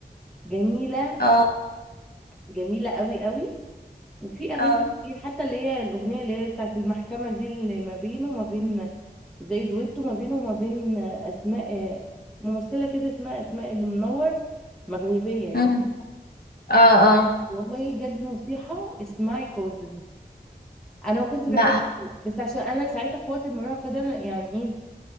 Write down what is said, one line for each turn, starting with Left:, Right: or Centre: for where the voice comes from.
Centre: جميلة
Left: اه
Centre: جميلة قوي قوي وفي أغاني
Left: اه
Centre: كتير حتى اللي هي الأغنية اللي هي بتاعت المحكمة دي اللي ما بينه وما بين زي دويتو ما بينه وما بين أسماء ممثلة كده اسمها أسماء اللي منور مغربية هي
Left: أمم. اه اه
Centre: والله بجد الموسيقى اسمعي كوزن أنا ما كنتش بحبه
Left: لا
Centre: بس عشان أنا ساعتها في وقت المراهقة ده أنا يعني إيه